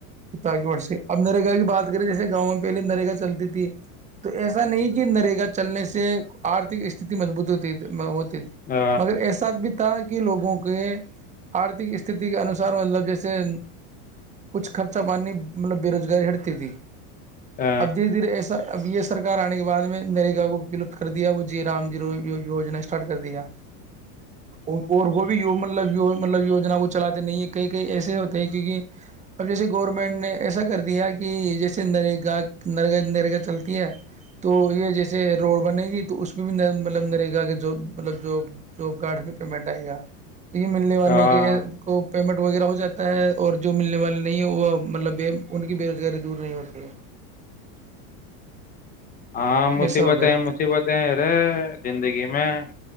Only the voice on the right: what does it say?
خطہ کی وٹ سے اب نرگا کی بات کر جیے گاؤں پہے نرگا چلتی تھی تو ایسا نہیں کہ نرگا چلنے سے آرتک استتی مضبوط ہوتی ہے وہ تھی
مگر احساتھ بھی تو کہ لوگوں کے آرتھک استتی کے انسار مطلب جیسے کچھ خرچہ پاننی مطلب بے روزگاری ہٹتی تھی
اب دھیرے دھیرے اب یہ سرار آنے کے بع میں نیرگا کو ولت کر دیا وہ جی رام جیو یوجنا اسٹارٹ کر دیا اور اور وہ مطلب مطلب یو جنا کو چلاتے نہیں ہے کئی کئی ایسے ہوتے ہیں کیونکہ اب جیسے گورنمنٹ نے ایسا کر دیا کہ جیسے نرگا نرگ نرگا چلتی ہے تو یہ جیسے روڈ بنے گی تو اس میں بھی مل نرگا کے ج ملب جاب کارڈ بھی پیمنٹ آئے گا تو یہ ملنے والے
کے کو پیمنٹ وغیرہ ہو جاتا ہے اور جو ملنے والے نہیں ہے وہ مطلب ان کی بے روزگاری دور نہیں ہوتی ہے
ایسا ہو گیا